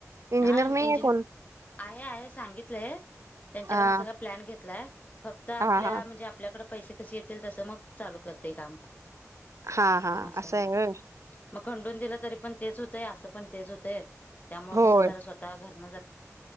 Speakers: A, on the right; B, on the left.
A: इंजिनियर
B: हा
A: नाही
B: इंजिन.
A: आहे कोण
B: आहे, आहे सांगितलंय त्यांच्याकडनं
A: हा
B: सगळं- प्लॅन घेतलाय. फक्त आपल्या
A: हां, हां.
B: म्हणजे आपल्याकडे पैसे कसे येतील, तसं मग चालू करते काम.
A: हां. हां.
B: असंय.
A: असं आहे होय.
B: मग खंडून दिलं तरी पण तेच होतंय, असं पण तेच होतंय. त्यामुळे
A: होय.
B: कसं जरा स्वतः घरनं जर